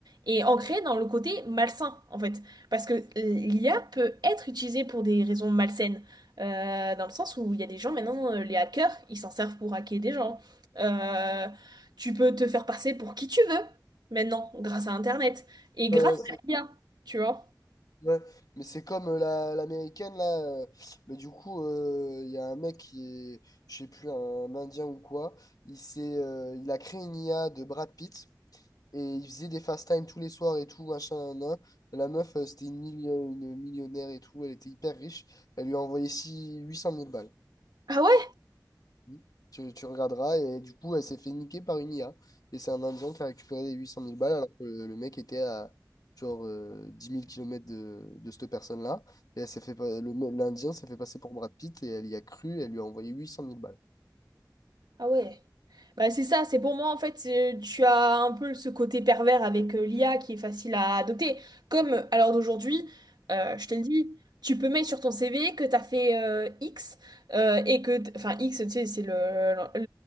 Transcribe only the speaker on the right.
Et en créer dans le côté malsain, en fait. Parce que l'IA peut être utilisée pour des raisons malsaines. Euh, dans le sens où il y a des gens, maintenant, euh, les hackers, ils s'en servent pour hacker des gens. Euh, tu peux te faire passer pour qui tu veux, maintenant, grâce à Internet. Et grâce
à l'IA, tu vois.
Ah ouais,
Ah ouais. Bah, c'est ça, c'est pour moi en fait, euh, tu as un peu ce côté pervers avec euh, l'IA qui est facile à adopter. Comme euh, à l'heure d'aujourd'hui, euh, je te le dis, tu peux mettre sur ton CV que tu as fait euh, X euh, et que, t- enfin X, tu sais, c'est le, le,